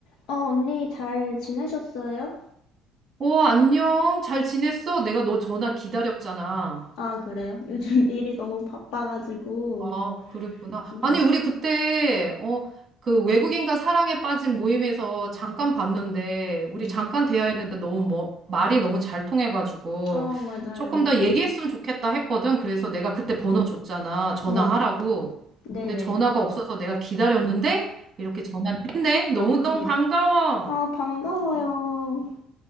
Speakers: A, on the left (about 75°); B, on the right (about 35°).
A: 어, 언니 잘 지내셨어요?
B: 어, 안녕. 잘 지냈어? 내가 너 전화 기다렸잖아.
A: 아, 그래요. 요즘 <laughs> 일이 너무 바빠가지고.
B: 아, 그랬구나.
A: 네,
B: 아니, 우리 그때, 어, 그 외국인과 사랑에 빠진 모임에서 잠깐 봤는데, 우리
A: 네.
B: 잠깐 대화했는데 너무 뭐, 말이 너무 잘 통해가지고,
A: 어, 맞아요.
B: 조금 더 얘기했으면 좋겠다 했거든. 그래서 내가 그때 번호 줬잖아. 전화하라고.
A: 네네. 네네.
B: 근데 전화가 없어서 내가 기다렸는데, 이렇게 전화를 했네. 너무너무
A: 네.
B: 반가워.
A: 아, 반가워요.